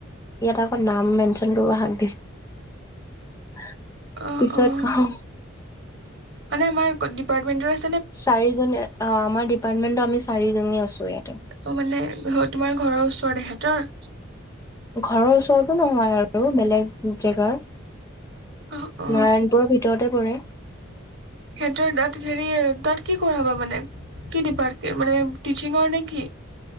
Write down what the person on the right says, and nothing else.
অ',
অ'।
মানে আমাৰ ডিপাৰ্টমেণ্টৰ
অ', মানে তোমাৰ ঘৰৰ ওচৰত এহেতৰ?
অ'। অ
সিহঁতৰ তাত হেৰি তাত কি কৰাবা মানে কি ডিপাৰ্টে মানে টিচিঙৰ নে কি?